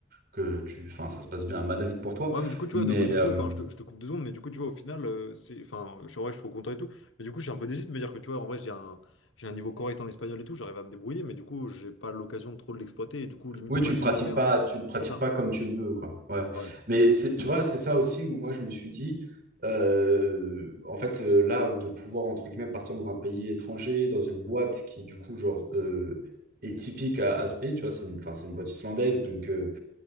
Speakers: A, on the right; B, on the left.
A: que tu, enfin, ça se passe bien à Madrid pour toi.
B: Ouais, mais du coup, tu
A: Mais
B: vois, de- du
A: euh,
B: coup, enfin, je te, je te coupe deux secondes, mais du coup, tu vois, au final, euh, c'est, enfin, je suis en vrai, je suis trop content et tout. Mais du coup, je suis un peu déçu de me dire que, tu vois, en vrai, j'ai un, j'ai un niveau correct en espagnol et tout, j'arrive à me débrouiller, mais du coup, j'ai pas l'occasion de trop de l'exploiter et du coup, limite
A: oui,
B: pas
A: tu le
B: que
A: pratiques
B: je le perds,
A: pas,
B: mais
A: tu le pratiques
B: c'est ça.
A: pas comme tu le veux, quoi. Ouais.
B: Ouais.
A: Mais c'est- tu vois, c'est ça aussi où moi je me suis dit, euh, en fait, euh, là, de pouvoir entre guillemets partir dans un pays étranger, dans une boîte qui du coup genre euh, est typique à, à ce pays, tu vois, c'est une, enfin, c'est une boîte islandaise, donc. euh,